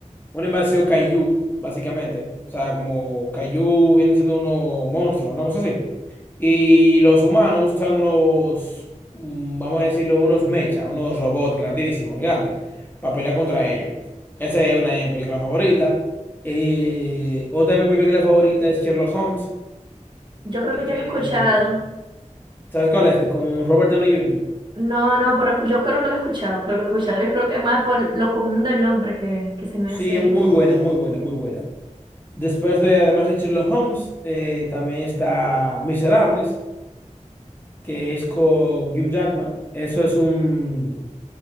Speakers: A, on the left; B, on the right.
A: una invasión kaiju, básicamente. O sea, como kaiju vienen siendo unos monstruos, una cosa así. Y los humanos usan unos, mm, vamos a decirlo, unos mechas, unos robots grandísimos, gigantes, para pelear contra ellos. Esa es una de mis películas favoritas. Eh, otra de mis películas favoritas es Sherlock Holmes.
B: Yo creo que
A: Eh,
B: yo lo he escuchado.
A: ¿sabes cuál es? Con Robert Downey Jr.
B: No, no, pero yo creo que lo he escuchado, creo que lo he escuchado. Yo creo que más por lo común del nombre que, que se me
A: Sí,
B: hace.
A: es muy buena, muy buena, muy buena. Después de, además de Sherlock Holmes, eh, también está Miserables. que es con Hugh Jackman. Eso es un...